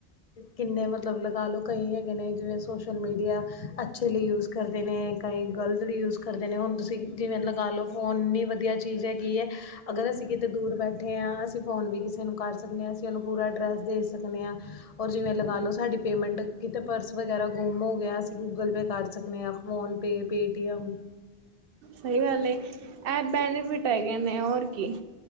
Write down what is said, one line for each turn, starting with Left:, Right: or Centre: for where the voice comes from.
Left: ਕਿੰਨੇ ਮਤਲਬ ਲਗਾ ਲਓ। ਕਈ ਹੈਗੇ ਨੇ ਜਿਵੇਂ ਸੋਸ਼ਲ ਮੀਡੀਆ ਅੱਛੇ ਲਈ ਯੂਜ ਕਰਦੇ ਨੇ ਕਈ ਗਲਤ ਲਈ ਯੂਜ਼ਡ ਕਰਦੇ ਨੇ। ਹੁਣ ਤੁਸੀਂ ਜਿਵੇਂ ਲਗਾ ਲਓ। ਫੋਨ ਨੀ ਵਧੀਆ ਚੀਜ਼ ਹੈਗੀ ਹੈ ਅਗਰ ਅਸੀਂ ਕਿਤੇ ਦੂਰ ਬੈਠੇ ਹਾਂ। ਅਸੀਂ ਫੋਨ ਵੀ ਕਿਸੇ ਨੂੰ ਕਰ ਸਕਦੇ ਹਾਂ। ਅਸੀਂ ਉਹਨੂੰ ਪੂਰਾ ਐਡਰੈੱਸ ਦੇ ਸਕਨੇ ਹਾਂ ਔਰ ਜਿਵੇਂ ਲਗਾ ਲਉ ਸਾਡੀ ਪੇਮੈਂਟ ਕਿਤੇ ਪਰਸ ਵਗੇਰਾਂ ਗੁੰਮ ਹੋ ਗਿਆ। ਅਸੀਂ ਗੂਗਲ ਪੇ ਕਰ ਸਕਨੇ ਹਾਂ। PhonePe P T M.
Right: ਸਹੀ ਗੱਲ ਏ ਇਹ ਬੈਨੀਫਿਟ ਹੈਗੇ ਨੇ ਹੋਰ ਕੀ।